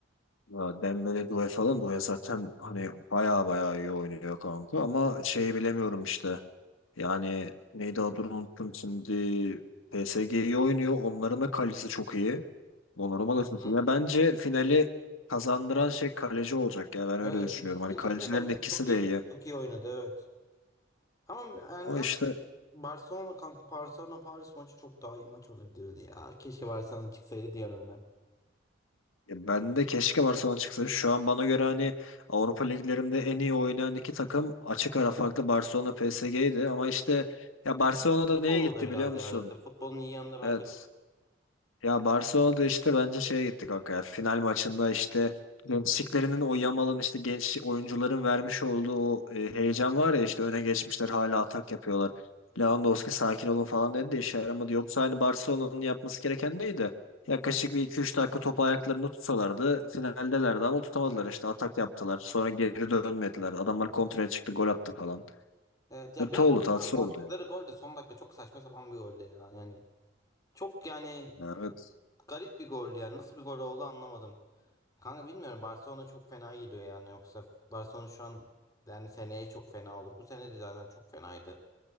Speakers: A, on the left; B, on the left.
A: Ya Dembele Doué falan Doué zaten hani
B: Evet.
A: baya baya iyi oynuyor kanka ama şeyi bilemiyorum işte. Yani neydi adını unuttum şimdi PSG iyi oynuyor. Onların da kalecisi çok iyi. Donnarumma
B: Hı
A: da
B: hı.
A: çok iyi. Ya bence finali kazandıran şey kaleci olacak ya ben öyle
B: Evet
A: düşünüyorum.
B: ikisinin
A: Hani
B: ikisinde
A: kalecilerin
B: kalecisi
A: ikisi
B: çok iyi
A: de iyi.
B: çok iyi oynadı evet. Ama yani
A: Ama
B: zaten
A: işte
B: Barcelona kanka Barcelona Paris maçı çok daha iyi maç olabilirdi ya. Keşke Barcelona çıksaydı diyorum ben.
A: Ya ben de keşke Barcelona çıksın. Şu an bana göre hani Avrupa liglerinde en iyi oynayan iki takım açık ara farklı Barcelona PSG'ydi ama işte ya
B: Keşke
A: Barcelona'da
B: ama futbol
A: neye gitti
B: bu da biraz
A: biliyor musun?
B: ya işte futbolun iyi yanı da bence
A: Evet.
B: bu.
A: Ya Barcelona'da işte bence şeye gitti kanka ya. Final maçında işte gençliklerinin o Yamal'ın işte genç oyuncuların vermiş olduğu o e, heyecan var ya işte öne geçmişler hala atak yapıyorlar. Lewandowski sakin olun falan dedi de işe yaramadı. Yoksa hani Barcelona'nın yapması gereken neydi? Yaklaşık bir iki üç dakika topu ayaklarını tutsalardı finaldelerdi ama tutamadılar
B: Evet.
A: işte atak yaptılar. Sonra geri dönmediler. Adamlar kontraya çıktı gol attı falan.
B: Evet ya
A: Kötü
B: biraz
A: oldu
B: ama
A: tatsız
B: kanka
A: oldu
B: attıkları
A: ya.
B: gol de son dakika çok saçma sapan bir golle ya yani. Çok yani
A: Ya Evet.
B: Garip bir goldü yani. Nasıl bir gol oldu anlamadım. Kanka bilmiyorum. Barcelona çok fena geliyor yani. Yoksa Barcelona şu an yani seneye çok fena olur. Bu sene de zaten çok fenaydı.